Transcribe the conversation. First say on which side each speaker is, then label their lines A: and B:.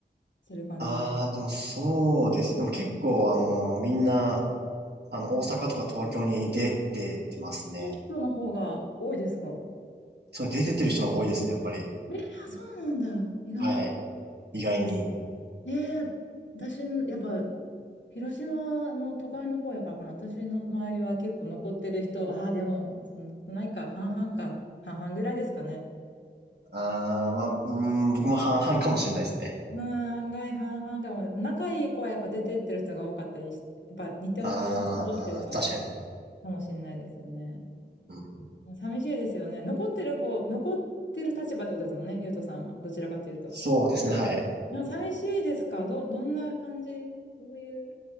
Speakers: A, on the left; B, on the right.
A: する感じです。
B: ああ、でもそうです。でも結構、あの、みんな、あの、大阪とか東京に出てってますね。
A: 地元の方が多いですか
B: そう、出てってる人の方が多いですね、やっぱり。
A: えー、そうなんだ。意外に。
B: はい。意外に。
A: えー、私の、やっぱ、広島の都会の方やからかな。私の周りは結構残ってる人、ああ、でも、そんなことないか。半々か。半々ぐらいですかね。
B: ああ、まあ、うーん、僕も半々かもしれないですね。
A: うん、案外半々かも。仲いい子はやっぱ出てってる人が多かったりし、やっぱ似ても、
B: ああ、
A: 似てるっていうか、
B: 確かに。
A: かもしれないですよね。
B: うん、
A: 寂しいですよね。残ってる方、残ってる立場ってことですもんね、ゆうとさんは。どちらかというと。
B: そうですね、はい。
A: でも寂しいですかど、どんな感じどういう、